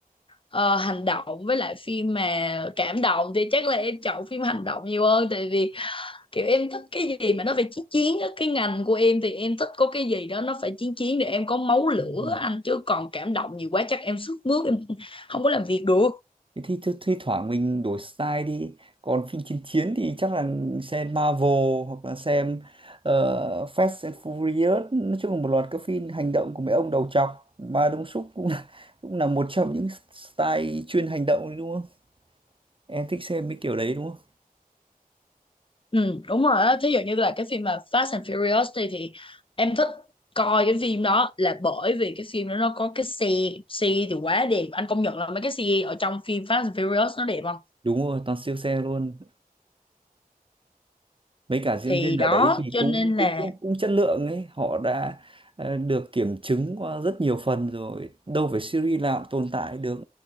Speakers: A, on the left (about 35°); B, on the right (about 35°).
A: ờ, hành động với lại phim mà cảm động thì chắc là em chọn phim hành động nhiều hơn tại vì kiểu em thích cái gì mà nó phải chiến chiến á cái ngành của em thì em thích có cái gì đó nó phải chiến chiến để em có máu lửa
B: đúng
A: anh chứ còn cảm động nhiều quá chắc em sức mướt em không có làm việc được
B: Thế thì thi, thi thoảng mình đổi style đi còn phim chiến chiến thì chắc là xem Marvel hoặc là xem ờ, Fast and Furious nói chung là một loạt các phim hành động của mấy ông đầu trọc Ma Đông Súc cũng là cũng là một trong những style chuyên hành động đấy đúng không em thích xem mấy kiểu đấy đúng không
A: Ừ, đúng rồi á. Thí dụ như là cái phim mà Fast and Furious thì, thì em thích coi cái phim đó là bởi vì cái phim đó nó có cái xe xe thì quá đẹp anh công nhận là mấy cái xe ở trong phim Fast and Furious nó đẹp không
B: đúng rồi toàn siêu xe luôn mấy cả diễn
A: thì
B: viên ở
A: đó
B: đấy thì
A: cho
B: cũng
A: nên
B: cũng
A: là
B: cũng cũng chất lượng ấy họ đã ờ, được kiểm chứng qua rất nhiều phần rồi đâu phải series nào cũng tồn tại được